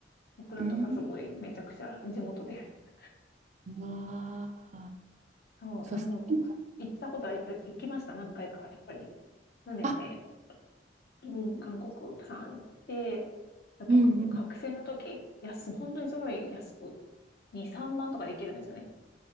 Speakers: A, on the left; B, on the right.
A: オクラとかすごいめちゃくちゃ地元です。
B: うん、わあ、
A: そう、
B: そうそう。
A: あの、行ったことは、行きました、何回か。やっぱり、船で、
B: あ、
A: うん、韓国、プサン行って、やっぱ学生の時、
B: うん、うん。
A: 安、本当にすごい安く、2、3万とかで行けるんですよね。